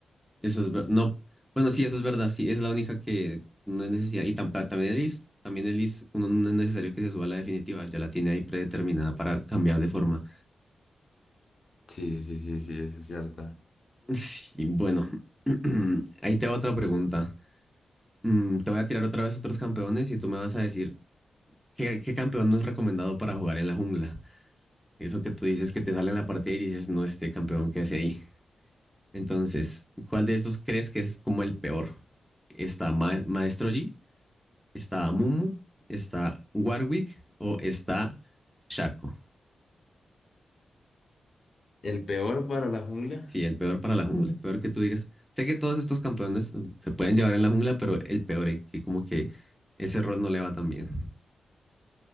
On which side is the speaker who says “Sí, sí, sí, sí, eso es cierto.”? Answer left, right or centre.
Left